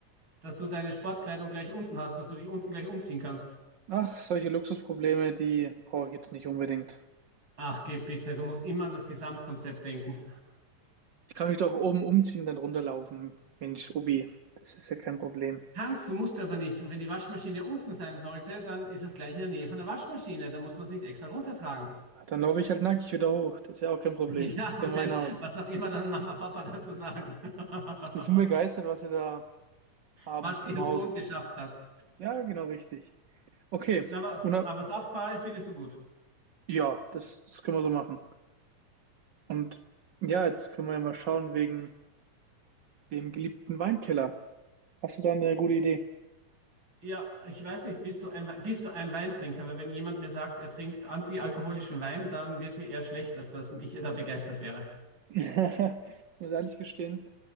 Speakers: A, on the right; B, on the right.
A: dass du deine Sportkleidung gleich unten hast, dass du dich unten gleich umziehen kannst?
B: Ach, solche Luxusprobleme, die brauche ich jetzt nicht unbedingt.
A: Ach, geh bitte, du musst immer an das Gesamtkonzept denken.
B: Ich kann mich doch oben umziehen, dann runterlaufen. Mensch, Ubi, das ist ja kein Problem.
A: Kannst, du musst aber nicht. Und wenn die Waschmaschine unten sein sollte, dann ist das gleich in der Nähe von der Waschmaschine. Dann muss man es nicht extra runtertragen. <laughs>
B: Ah, Dann laufe ich halt nackig wieder hoch. Das ist ja auch kein Problem.
A: Ja,
B: Ist ja mein
A: wenn,
B: Haus.
A: was auch immer dann Mama, Papa dazu sagen, <laughs>
B: Ach, die sind begeistert, was sie da haben
A: was ihr
B: im Hause.
A: Sohn geschafft hat.
B: Ja, genau richtig. Okay.
A: Na, aber,
B: Una
A: aber saftbar ist, findest du gut.
B: ja, das, das können wir so machen. Und ja, jetzt können wir ja mal schauen wegen dem geliebten Weinkeller. Hast du da eine gute Idee?
A: Ja, ich weiß nicht, bist du ein, bist du ein Weintrinker? Weil wenn jemand mir sagt, er trinkt antialkoholischen Wein, dann wird mir eher schlecht, als dass ich da begeistert wäre.
B: <laughs> Ich muss ehrlich gestehen,